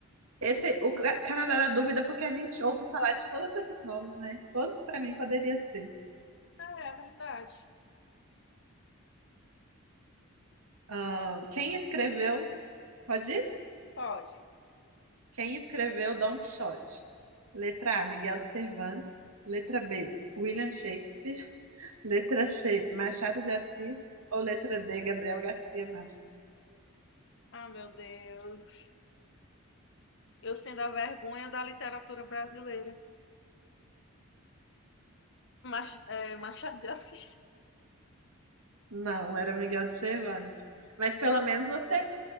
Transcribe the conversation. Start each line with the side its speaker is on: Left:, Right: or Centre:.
Right: Esse, o Ca- Canadá dá dúvida porque a gente ouve falar de todos esses nomes, né? Todos para mim poderia ser.
Left: Ah, é verdade.
Right: Ah, quem escreveu? Pode ir?
Left: Pode.
Right: Quem escreveu Don Quixote? Letra A, Miguel de Cervantes. Letra B, William Shakespeare. Letra C, Machado de Assis. Ou letra D, Gabriel Garcia Marques.
Left: Ah, meu Deus. Eu sendo a vergonha da literatura brasileira. Mach é, Machado de Assis.
Right: Não, era Miguel de Cervantes. Mas pelo menos você